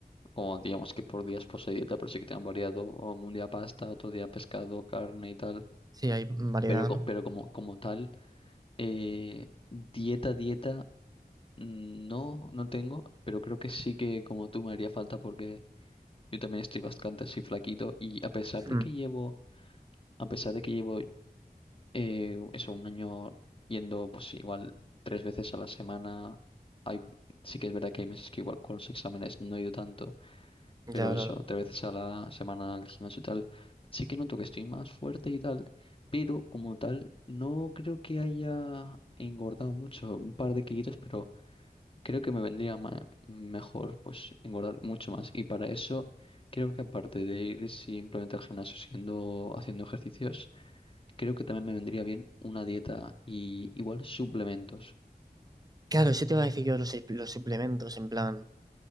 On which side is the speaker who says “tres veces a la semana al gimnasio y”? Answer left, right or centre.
Left